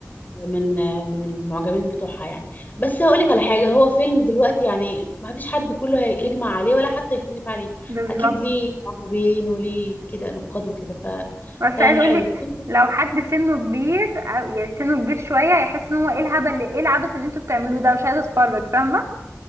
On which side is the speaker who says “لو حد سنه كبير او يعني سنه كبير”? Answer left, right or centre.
Right